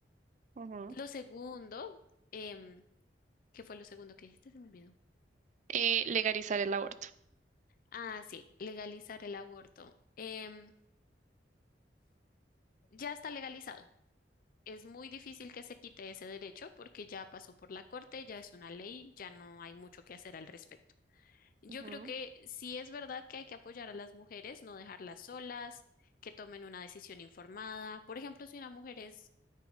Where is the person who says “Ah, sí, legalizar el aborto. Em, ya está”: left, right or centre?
Left